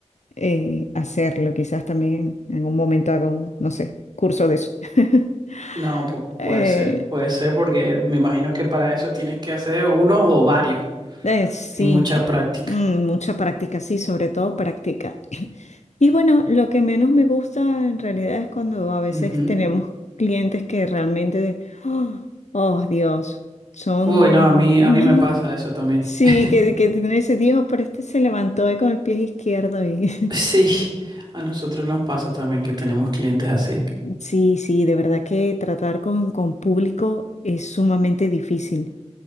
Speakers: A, on the left (about 70°); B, on the right (about 35°).
A: eh, hacerlo. Quizás también en un momento haga un, no sé, curso de eso. <laughs>
B: No, pu-
A: Eh,
B: puede ser, puede ser porque me imagino que para eso tienes que hacer uno o varios
A: Eh, sí,
B: y mucha práctica.
A: Mm, mucha práctica, sí, sobre todo práctica. <clears throat> Y bueno, lo que menos me gusta en realidad es cuando a veces
B: Ujú.
A: tenemos clientes que realmente, <gasps> oh, oh, Dios, son,
B: Uy, no, a mí, a
A: <laughs>
B: mí me pasa eso también.
A: sí,
B: <laughs>
A: que, que tienen ese Dios, pero este se levantó hoy con el pie izquierdo y
B: Sí, a nosotros nos pasa también que tenemos clientes así.
A: <laughs> sí, sí, de verdad que tratar con, con público es sumamente difícil,